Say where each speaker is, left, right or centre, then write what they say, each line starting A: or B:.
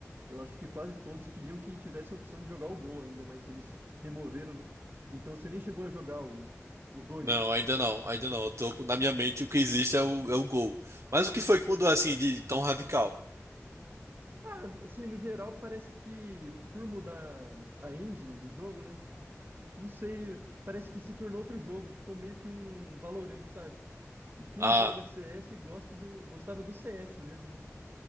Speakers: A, on the right; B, on the right.
A: Eu acho que quase todos queriam que tivesse a opção de jogar o Gol ainda, mas eles removeram, né? Então você nem chegou a jogar o, o dois
B: Não, ainda não, ainda não. Eu tô com- na minha mente o que existe é o, é o gol. Mas o que foi que mudou assim de tão radical?
A: Ah, assim, no geral, parece que por mudar a engine do jogo, né? Não sei, parece que se tornou outro jogo, ficou meio que um Valorant, sabe? E quem
B: Ah,
A: joga CS gosta do, gostava do CS mesmo, né?